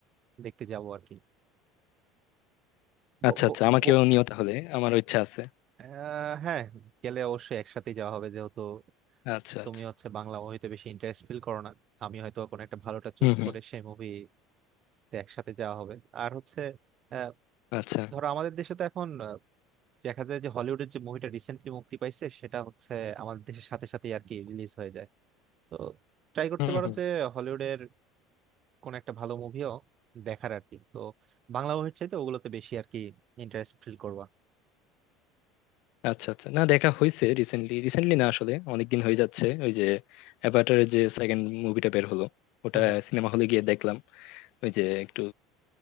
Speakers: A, on the right; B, on the left.
A: দেখতে যাবো আর কি ব-
B: আচ্ছা
A: ব-
B: আচ্ছা আমাকেও
A: ব-
B: নিও তাহলে আমার ইচ্ছা আছে
A: আহ, হ্যাঁ গেলে অবশ্যই একসাথে যাওয়া হবে যেহেতু
B: আচ্ছা
A: তুমি
B: আচ্ছা
A: হচ্ছে বাংলা মুভিতে বেশি ইন্টারেস্ট ফিল করো না আমি হয়তো কোনো একটা ভালোটা চুজ
B: হুম হুম
A: করে সেই মুভিতে একসাথে যাওয়া হবে আর হচ্ছে আহ,
B: আচ্ছা
A: ধরো আমাদের দেশে তো এখন দেখা যায় যে হলিউডের যে মুভিটা রিসেন্টলি মুক্তি পাইছে সেটা হচ্ছে আমাদের দেশের সাথে সাথে আর কি রিলিজ হয়ে যায় তো ট্রাই করতে
B: হুম
A: পারো
B: হুম
A: যে হলিউডের কোন একটা ভালো মুভিও দেখার আর কি তো বাংলা মুভির চাইতে ওগুলোতে বেশি আর কি ইন্টারেস্ট ফিল করবা
B: আচ্ছা আচ্ছা না দেখা হয়েছে রিসেন্টলি রিসেন্টলি না আসলে অনেকদিন হয়ে যাচ্ছে ওই যে অ্যাভাটারের যে সেকেন্ড মুভিটা বের হলো ওটা
A: হ্যাঁ হ্যাঁ
B: সিনেমা হলে গিয়ে দেখলাম ওই যে একটু